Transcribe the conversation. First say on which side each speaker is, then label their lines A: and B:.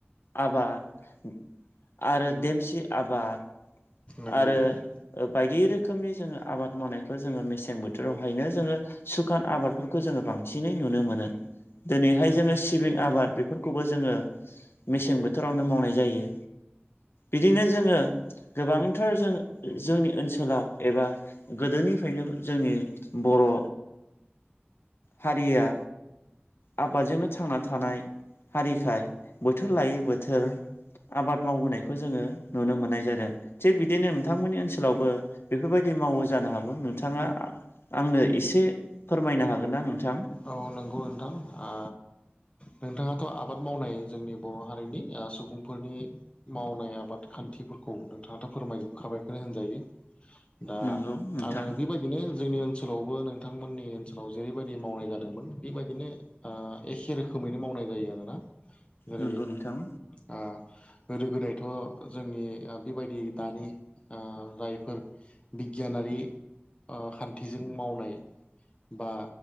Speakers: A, on the left; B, on the left.
A: आबाद आरो देमसि आबाद
B: नंगौ
A: आरो बायदि रोखोमनि जोङो आबाद मावनायखौ जोङो मेसें बोथोरावहायनो जोङो सु खान आबादफोरखौ जोङो बांसिनै नुनो मोनो दिनैहाय जोङो सिबिं आबाद बेफोरखौबो जोङो मेसें बोथोरावनो मावनाय जायो बिदिनो जोङो गोबांथार जों जोंनि ओनसोलाव एबा गोदोनिफ्रायनो जोंनि बर' हारिया आबादजोंनो थांना थानाय हारिखाय बोथोर लायै बोथोर आबाद मावबोनायखौ जोङो नुनो मोननाय जादों। थिग बिदिनो नोंथांमोननि ओनसोलावबो बेफोरबायदि मावो जानो हागौ नोंथाङा आंनो एसे फोरमायनो हागोन ना नोंथां?
B: औ नंगौ नोंथां आ नोंथाङाथ आबाद मावनाय जोंनि बर हारिनि सुबुंफोरनि मावनाय आबाद खान्थिफोरखौ नोंथाङाथ फोरमाय जोबखाबायखौनो होनजायो। दा
A: नंगौ नोंथां
B: आङो बेबायदिनो जोंनि ओनसोलावबो नोंथांमोननि ओनसोलाव जेरैबायदि मावनाय जादों बेबायदिनो आ एखे रोखोमैनो मावनाय जायो आरोना। जेरै
A: नंगौ नोंथां
B: आं। गोदो गोदायथ जोंनि बेबायदि दानि ओ जायफोर बिगियानारि ओ खान्थिजों मावनाय बा